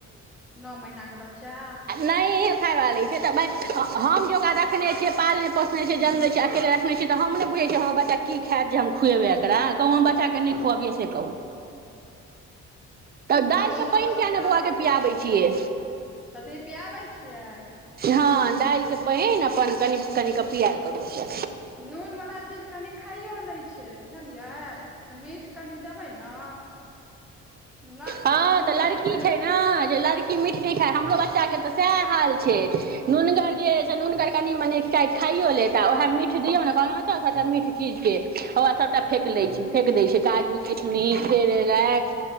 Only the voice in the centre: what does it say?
नओ महीना के बच्चा
हूँ
हमरो
सब
सएह
करते
छै
कथी पियाबै छियै
नूनवला चीज कनि खाइयो लै छै बुझलियै ज मिठ कनि देबै ने न
मुँह
नहि लेत
हूं
हूं